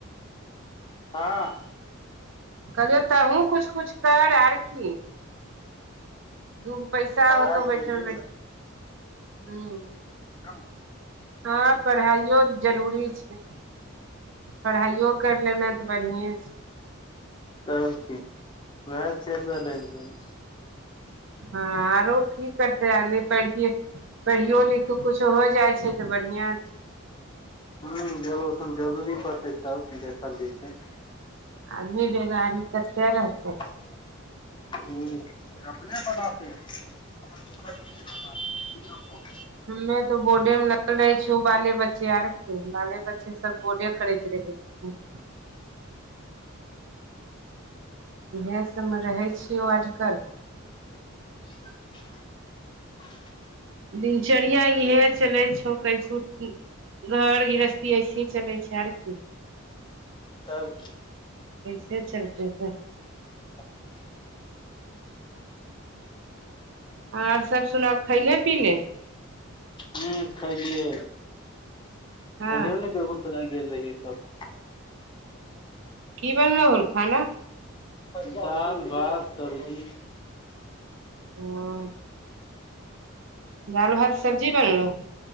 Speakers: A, on the left; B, on the right.
A: हँ
B: कहलियौ तहुँ कुछ कुछ कर आर की दू गो पैसा
A: पढ़ाइ
B: हेतौ
A: चलि
B: बैठल बैठल <inaudible> हु
A: <unintelligible>
B: हँ पढ़ाइयो जरूरी छै <inaudible> पढ़ाइयो कैर लेना तऽ बढ़िए छै
A: तब की <inaudible> ओहाँ चैल रहलै कनी
B: हँ आरो की करतै आगे पढ़िय पढ़ियो लिखो कुछो होयत जाइ छै तऽ बढ़ियां छै
A: हु जब ओठन जरूरी पड़तै तब देखल जैतै
B: आदमी बेगरी कतै रहतै
A: <unintelligible> <unintelligible>
B: हमे तो बोडे में लगल रहै छिय बाले बच्चे आर की बाले बच्चे सब बोडे करैत रहै <unintelligible> इहे सबमे रहै छियौ आजकल
A: <unintelligible>
B: दिनचर्या इहे छेलै <unintelligible> घर गृहस्थी ऐसी चलै छैय आर की
A: तब की
B: कैसे चलतै तऽ
A: <unintelligible>
B: आर सब सुनाउ खैले- पीले
A: हु खैलियै
B: हँ
A: अभी <unintelligible> बेगूसराय गेल रहियै तब
B: की बनलौ हन खाना
A: दाल भात सब्जी
B: <unintelligible> दैल भात सब्जी बनलौ